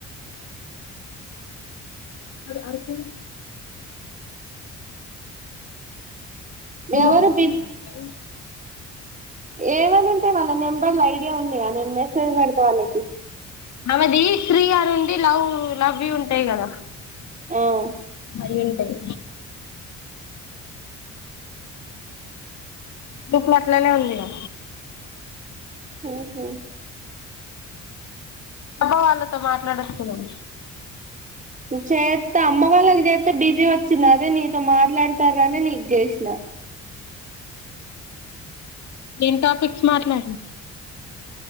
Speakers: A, on the left (about 65°); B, on the right (about 25°).
A: అ అర్కు <unintelligible> న్న
B: ఎవరు
A: <unintelligible>
B: ఏమైనా ఉంటాయి వాళ్ళ నంబర్లు ఇ వాల ఐడియా ఉందియా నేను మెసేజ్ పెడితే వాళ్ళకి
A: అమెది స్త్రీ గారు ఉండి లవ్ లవ్వి ఉంటాయి కదా
B: ఆమ్
A: అయి ఉంటాయి దుఃఖ <unintelligible> అట్లానే ఉందిగా
B: హమ్
A: అమ్మ వాళ్ళతో మాట్లాడుస్తున్నాం
B: చేత అమ్మ వాళ్ళకి చేత బిజీ వచ్చింది అదే నీతో మాట్లాడతార అని నీకు చేసినా
A: ఏం టాపిక్స్ మాట్లాడిన